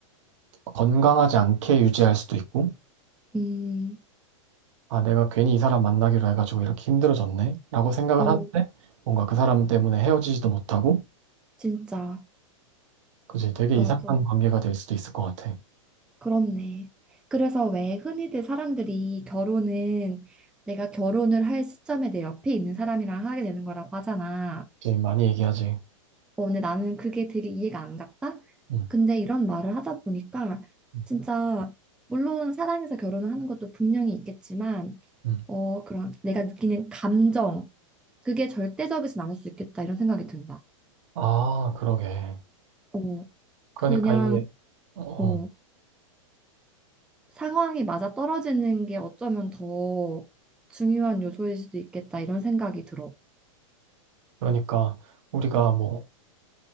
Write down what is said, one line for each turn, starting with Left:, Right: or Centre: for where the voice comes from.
Right: 건강하지 않게 유지할 수도 있고,
Centre: 음,
Right: 아, 내가 괜히 이 사람 만나기로 해가지고 이렇게 힘들어졌네? 라고 생각을
Centre: 어,
Right: 하는데, 뭔가 그 사람 때문에 헤어지지도 못하고,
Centre: 진짜
Right: 그지? 되게
Centre: 맞아.
Right: 이상한 관계가 될 수도 있을 것 같아.
Centre: 그렇네. 그래서 왜 흔히들 사람들이 결혼은 내가 결혼을 할 시점에 내 옆에 있는 사람이랑 하게 되는 거라고 하잖아.
Right: 지금 많이 얘기하지.
Centre: 어, 근데 나는 그게 되게 이해가 안 갔다?
Right: 음,
Centre: 근데 이런 말을 하다 보니까
Right: 음,
Centre: 진짜 물론 사랑해서 결혼을 하는 것도 분명히 있겠지만
Right: 음.
Centre: 어, 그런 내가 느끼는 감정 그게 절대적이진 않을 수 있겠다 이런 생각이 든다.
Right: 아, 그러게.
Centre: 어,
Right: 그러니까
Centre: 그냥
Right: 이게, 어,
Centre: 어, 상황이 맞아떨어지는 게 어쩌면 더 중요한 요소일 수도 있겠다 이런 생각이 들어.
Right: 그러니까 우리가 뭐,